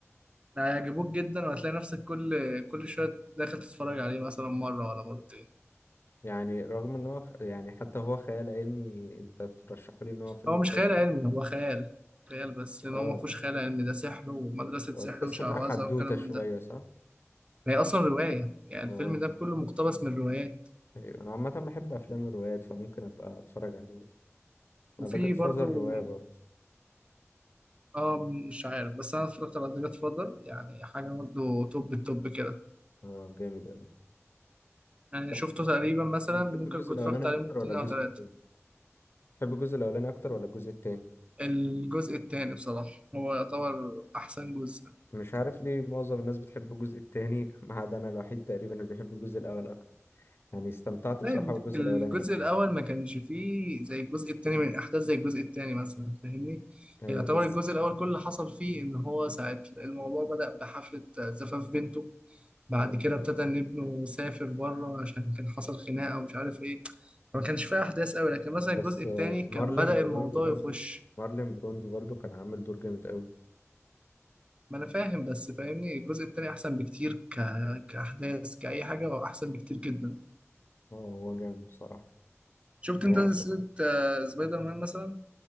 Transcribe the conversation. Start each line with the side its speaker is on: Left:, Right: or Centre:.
Right: هيعجبوك جدا وهتلاقي نفسك كل كل شوية داخل تتفرج عليه مثلا مرة ولا مرتين
Left: يعني رغم ان هو خ- يعني حتى هو خيال علمي انت بترشحه لي ان هو فيلم
Right: هو مش
Left: كويس
Right: خيال
Left: أوي.
Right: علمي هو خيال خيال بس لأن
Left: اه
Right: هو ما فيهوش خيال علمي ده سحر ومدرسة
Left: وتحس
Right: سحر وشعوذة
Left: انها حدوتة
Right: والكلام
Left: شوية
Right: من ده
Left: صح
Right: هي أصلا رواية يعني
Left: اه
Right: الفيلم ده كله مقتبس من روايات
Left: أيوة. انا عامة بحب افلام الروايات فممكن ابقى اتفرج عليه انا
Right: وفي
Left: ذا جاد
Right: برضو
Left: فازر رواية برضه
Right: اه مش عارف بس أنا اتفرجت على ذا فاذر يعني حاجة برضو توب التوب كده
Left: اه جامد اوي
Right: يعني
Left: صح.
Right: شفته تقريبا مثلا
Left: بتحب
Right: ممكن
Left: الجزء
Right: كنت
Left: الاولاني
Right: اتفرجت عليه
Left: اكتر
Right: مرتين
Left: ولا الجزء
Right: أو تلاتة
Left: التاني بتحب الجزء الاولاني اكتر ولا الجزء التاني
Right: الجزء التاني بصراحة هو يعتبر أحسن جزء
Left: مش عارف ليه معظم الناس بتحب الجزء التاني <laughs> ما عدا انا الوحيد تقريبا اللي بيحب الجزء الاول اكتر يعني استمتعت بصراحة
Right: زي
Left: بالجزء
Right: الجزء
Left: الاولاني اكتر
Right: الأول ما كانش فيه زي الجزء التاني من أحداث زي الجزء التاني مثلا فاهمني؟
Left: ايوه
Right: يعني يعتبر
Left: بس
Right: الجزء الأول كل اللي حصل فيه إن هو ساعة الموضوع بدأ بحفلة زفاف بنته بعد
Left: آه.
Right: كده ابتدى إن ابنه سافر بره عشان كان حصل خناقة ومش عارف إيه فما كانش فيه أحداث أوي لكن مثلا الجزء
Left: بس
Right: التاني
Left: آه،
Right: كان
Left: مارلين
Right: بدأ
Left: بروندو
Right: الموضوع
Left: برضو
Right: يخش
Left: مارلين بروندو برضو كان عامل دور جامد قوي
Right: ما أنا فاهم بس فاهمني الجزء التاني أحسن بكتير ك... كأحداث كأي حاجة هو أحسن بكتير جدا
Left: اه هو جامد بصراحة
Right: شفت أنت
Left: انا
Right: سلسلة
Left: شفت
Right: آه، سبايدر مان مثلا؟